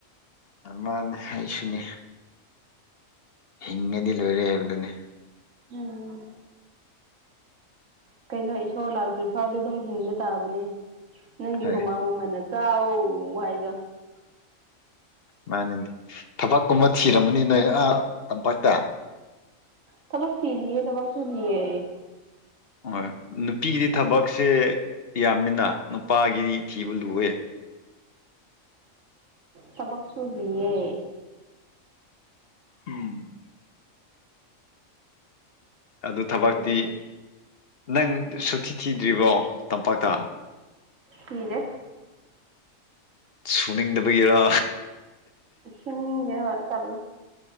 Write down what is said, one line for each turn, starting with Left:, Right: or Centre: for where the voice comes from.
Left: ꯑ ꯃꯥꯅꯦ ꯑꯩꯁꯨꯅꯦ ꯍꯤꯡꯉꯗꯤ ꯂꯣꯏꯔꯦ ꯍꯥꯏꯕꯗꯨꯅꯦ
Right: ꯎꯝ ꯀꯩꯅꯣ ꯏꯁꯣꯔ ꯂꯥꯛꯇ꯭ꯔꯤ ꯐꯥꯎꯗꯤ ꯑꯗꯨꯝ ꯍꯤꯡꯕ ꯇꯥꯕꯅꯦ ꯅꯪꯒꯤ
Left: ꯍꯣꯏ
Right: ꯍꯨꯃꯥꯡ ꯃꯃꯟꯅ ꯆꯥꯎꯋꯣ <unintelligible>
Left: ꯃꯥꯅꯤꯅꯦ ꯊꯕꯛꯀꯨꯝꯕ ꯊꯤꯔꯝꯕꯅꯤꯅꯦ ꯅꯣꯢ ꯑꯥ ꯇꯝꯄꯥꯛꯇ
Right: ꯊꯕꯛ ꯊꯤꯖꯤꯌꯦ ꯊꯕꯛ ꯁꯨꯗꯤꯌꯦ
Left: ꯍꯣꯏ ꯅꯨꯄꯤꯒꯤꯗꯤ ꯊꯕꯛꯁꯦ ꯌꯥꯝꯃꯤꯅ ꯅꯨ ꯄꯥꯒꯤꯗꯤ ꯊꯤꯕ ꯂꯨꯋꯦ
Right: ꯁꯕꯛꯁꯨꯨꯔꯤꯌꯦ
Left: ꯎꯝ ꯑꯗꯨ ꯊꯕꯛꯇꯤ
Right: ꯊꯕꯛꯁꯨ
Left: ꯅꯪ ꯁꯨꯊꯤ ꯊꯤꯗ꯭ꯔꯤꯕꯣ ꯇꯝꯄꯥꯛꯇ
Right: ꯐꯤꯗꯅꯦ
Left: ꯁꯨꯅꯤꯡꯗꯕꯒꯤꯔꯥ
Right: ꯁꯤꯅꯅꯤꯡꯒꯦ ꯍꯣꯏ ꯇꯂꯦ